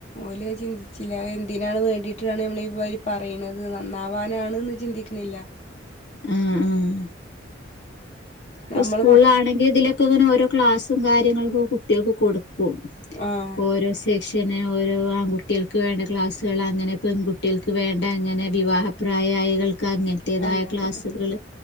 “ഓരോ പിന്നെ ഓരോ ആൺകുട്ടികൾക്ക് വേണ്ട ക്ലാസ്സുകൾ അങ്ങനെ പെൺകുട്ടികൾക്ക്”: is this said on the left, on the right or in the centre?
Left